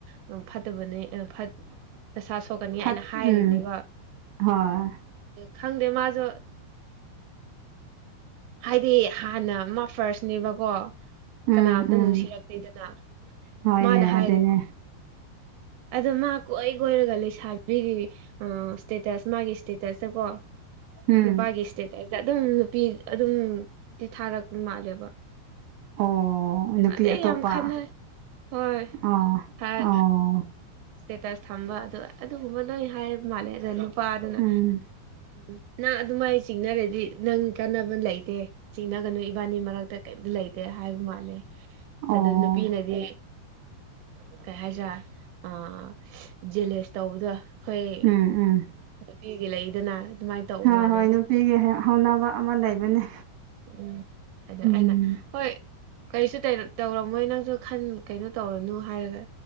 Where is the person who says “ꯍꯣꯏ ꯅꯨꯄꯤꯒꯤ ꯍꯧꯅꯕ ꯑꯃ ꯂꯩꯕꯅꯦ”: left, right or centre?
Right